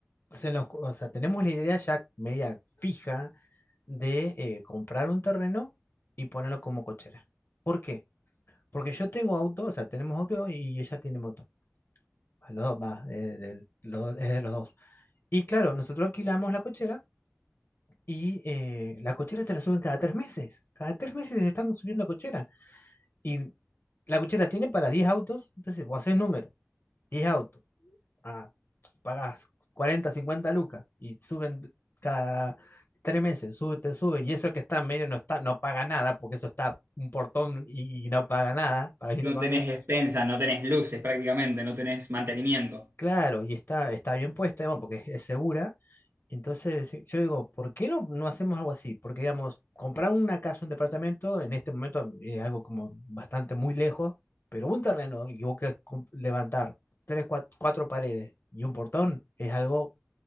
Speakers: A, on the left (about 55°); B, on the right (about 70°).
A: se nos- o sea, tenemos la idea ya media fija de eh, comprar un terreno y ponerlo como cochera. ¿Por qué? Porque yo tengo auto, o sea, tenemos auto y ella tiene moto. A Los dos, va, eh, de, los- es de los dos. Y claro, nosotros alquilamos la cochera y eh, la cochera te la suben cada tres meses. Cada tres meses te están subiendo cochera. Y la cochera tiene para 10 autos, entonces vos haces número, 10 autos, ah, pagás 40, 50 lucas y suben cada tres meses, sube, te sube, y eso que está en medio no está, no paga nada, porque eso está un portón y, y no paga nada, para mí
B: no
A: no paga
B: tenés
A: nada.
B: expensas, no tenés luces prácticamente, no tenés mantenimiento.
A: Claro, y está, está bien puesta, bueno, porque es, es segura, Entonces, sí, yo digo, ¿por qué no, no hacemos algo así? Porque, digamos, comprar una casa, un departamento, en este momento es algo como bastante muy lejos, pero un terreno y vos querés com- levantar tres, cuat- cuatro, paredes y un portón es algo